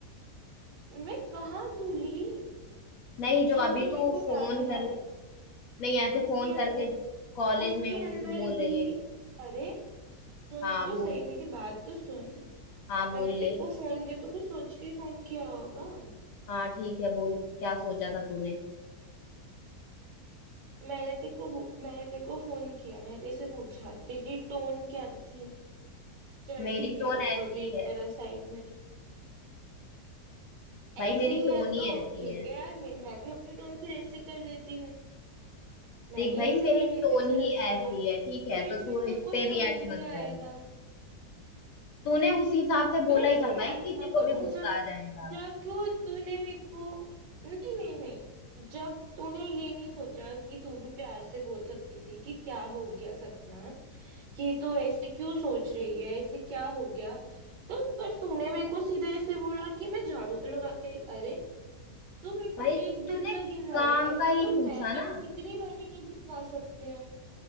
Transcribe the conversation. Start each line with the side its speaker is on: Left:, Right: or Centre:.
Right: मैं कहाँ भूली
Left: नहीं जो
Right: जो
Left: अभी
Right: तुम
Left: तू
Right: मेरे को
Left: फोन
Right: याद दिला
Left: कर
Right: रहे
Left: नहीं ऐसे
Right: हो, उसके
Left: फोन करके
Right: अंदर
Left: कॉलेज
Right: उसके
Left: में हूँ
Right: अंदर
Left: तू बोल
Right: भी
Left: रही है
Right: अरे सुन
Left: हाँ
Right: तो
Left: बोल
Right: सही मेरी बात तो सुन
Left: हाँ बोल
Right: मैंने तेरे
Left: ले
Right: को फोन किया तो कुछ सोच के फोन किया होगा
Left: हाँ ठीक है बोल क्या सोचा था तूने
Right: मैंने तेरे को वो- मैंने तेरे को फोन किया मैंने तेरे से पूछा तेरी टोन क्या थी चल
Left: मेरी
Right: ठीक
Left: टोन
Right: है
Left: ऐसी
Right: उसको भी एक
Left: है
Right: तरफ साइड में रख। ऐसे
Left: भाई मेरी
Right: ही
Left: टोन
Right: है तो
Left: ही ऐसी
Right: ठीक
Left: है
Right: है यार मैं, मैं भी अपनी टोन फिर ऐसे कर लेती हूँ मैं
Left: देख
Right: भी
Left: भाई
Right: ऐसे
Left: मेरी
Right: कर लेती
Left: टोन
Right: हूँ फिर
Left: ही
Right: अपनी
Left: ऐसी
Right: टोन
Left: है ठीक है
Right: फिर
Left: तो
Right: फिर
Left: तू
Right: तेरे
Left: इस
Right: को
Left: पे
Right: समझ
Left: रिएक्ट
Right: में
Left: मत
Right: आएगा
Left: कर तूने उस हिसाब से
Right: क्यों
Left: बोला ही
Right: मैं
Left: था
Right: रिएक्ट
Left: भाई किसी
Right: ना
Left: को
Right: करूं
Left: भी गुस्सा
Right: जब
Left: आ जाएगा
Right: जब तूने मेरे को नहीं नहीं नहीं जब तूने ये नहीं सोचा कि तू भी प्यार से बोल सकती थी कि क्या हो गया सपना कि तू ऐसे क्यों सोच रही है ऐसे क्या हो गया तो पर तूने मेरे को सीधे ऐसे बोला कि मैं झाड़ू तो लगा के अरे तू मेरे को
Left: भाई
Right: एक दिन
Left: तूने
Right: का गिनवा
Left: काम
Right: रही है। ऐसे
Left: का ही
Right: तो
Left: पूछा
Right: मैं देखो
Left: ना
Right: कितनी बारी का गिनवा सकती हूँ